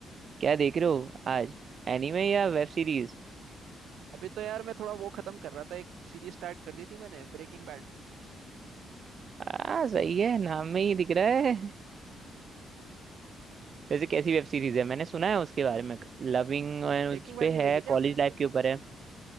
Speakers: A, on the right; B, on the right.
A: क्या देख रहे हो आज एनीमे या वेब सीरीज
B: अभी तो यार मैं थोड़ा वो खत्म कर रहा था एक सीरीज स्टार्ट कर दी थी मैंने ब्रेकिंग बैड
A: आ सही है नाम में ही दिख रहा है <laughs> वैसे कैसी वेब सीरीज है मैंने सुना है उसके बारे में लविंग
B: ब्रेकिंग
A: उस
B: बैड
A: पे
B: नहीं देखी
A: है
B: क्या
A: कॉलेज
B: आपने
A: लाइफ के ऊपर है